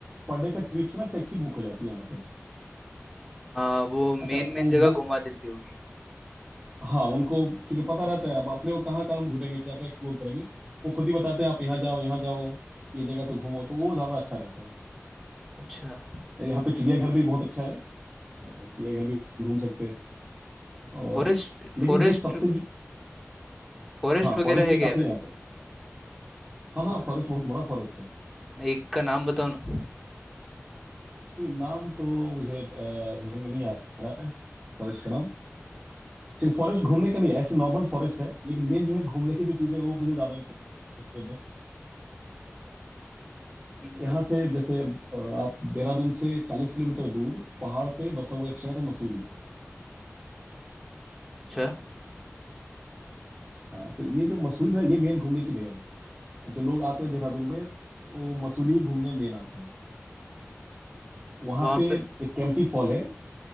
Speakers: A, on the right (about 20°); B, in the centre.
A: पर डे का ट्रिप से ना टैक्सी बुक हो जाती है यहाँ पे
B: हाँ वो मेन
A: अच्छा
B: मेन
A: वो
B: जगह
A: बुक
B: घुमा देती होगी
A: हाँ उनको चूंकि पता रहता है अब अपने को कहाँ कहाँ हम ढूंढेंगे क्या क्या एक्सप्लोर करेंगे वो खुद ही बताते हैं आप यहाँ जाओ यहाँ जाओ ये जगह पे घूमो तो वो ज्यादा अच्छा रहता
B: अच्छा
A: है यहाँ पे चिड़ियाघर भी बहुत अच्छा है हाँ, चिड़ियाघर भी घूम सकते हैं और
B: फॉरेस्ट
A: लेकिन
B: फॉरेस्ट
A: जो सबसे जो,
B: फॉरेस्ट
A: हाँ
B: वगैरह
A: फॉरेस्ट
B: है
A: भी काफी
B: क्या यहाँ पे
A: है हाँ
B: हाँ,
A: हाँ फॉरेस्ट बहुत बड़ा फॉरेस्ट है
B: एक का नाम बताओ ना
A: नहीं नाम तो मुझे अ, जहन में नहीं आ रहा है फॉरेस्ट का नाम सिर्फ
B: अच्छा
A: फॉरेस्ट घूमने का नहीं है, ऐसे नॉर्मल फॉरेस्ट है लेकिन मेन जो है घूमने की जो चीजें हैं, वो मुझे ज्यादा इंटरेस्टेड है
B: हम्म,
A: यहाँ से जैसे अ, आप देहरादून से चालीस किलोमीटर दूर पहाड़ पे बसा हुआ एक शहर है मसूरी
B: अच्छा
A: हाँ तो ये जो मसूरी जो है ये मेन घूमने की जगह है जो लोग आते हैं देहरादून में वो मसूरी ही घूमने मेन आते हैं वहाँ
B: वहाँ
A: पे
B: पे
A: एक कैंपटी फॉल है